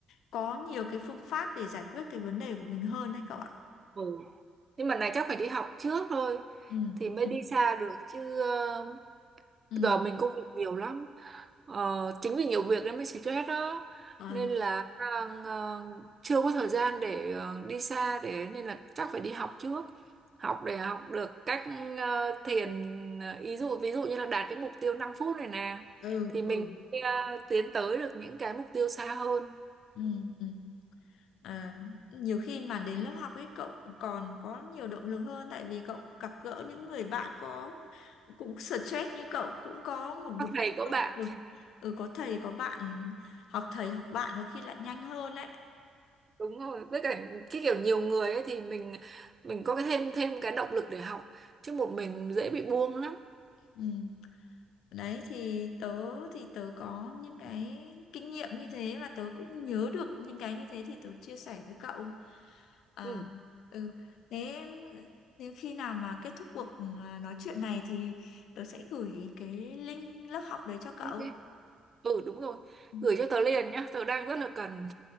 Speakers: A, on the left; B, on the right.
A: có nhiều cái phương pháp để giải quyết cái vấn đề của mình hơn đấy cậu ạ
B: Ừ. Nhưng mà này chắc phải đi học trước thôi
A: ừ
B: thì mới
A: ừ
B: đi xa được chứ ờ,
A: ừ
B: Bây giờ mình công việc nhiều lắm ờ, chính vì nhiều việc nên mới stress đó
A: Ờ,
B: nên là ờ, ờ, chưa có thời gian để ờ, đi xa để nên là chắc phải đi học trước học để học được cách ờ, thiền ờ, ý dụ ví dụ như là đạt cái mục tiêu 5 phút này nè
A: ừ
B: thì
A: ừ
B: mình ờ, tiến tới được những cái mục tiêu xa hơn
A: ừ ừ À, nhiều khi mà đến lớp học ấy cậu còn có nhiều động lực hơn tại vì cậu gặp gỡ những người bạn có cũng stress như cậu cũng có một mục
B: có thầy
A: tiêu
B: có bạn
A: ừ, ừ có thầy có bạn học thầy học bạn có khi lại nhanh hơn đấy
B: đúng rồi với cả cái kiểu nhiều người ấy thì mình mình có cái thêm thêm cái động lực để học chứ một mình dễ bị buông lắm
A: ừ. Đấy thì tớ thì tớ có những cái kinh nghiệm như thế và tớ cũng nhớ được những cái như thế thì tớ chia sẻ với cậu. À,
B: ừ.
A: ừ. Thế em- nếu khi nào mà kết thúc cuộc à, nói chuyện này thì tớ sẽ gửi cái link lớp học đấy cho cậu.
B: OK Ừ đúng rồi,
A: Ừ.
B: gửi cho tớ liền nhá, tớ đang rất là cần.